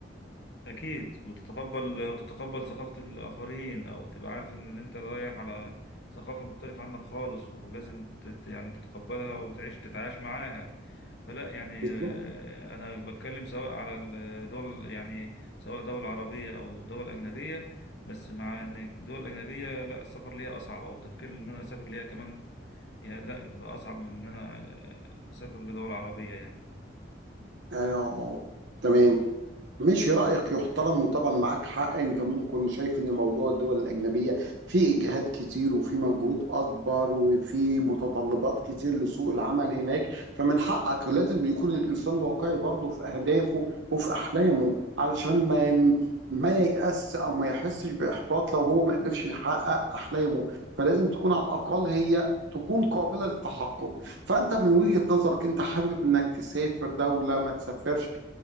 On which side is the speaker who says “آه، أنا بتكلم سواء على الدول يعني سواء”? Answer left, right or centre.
Left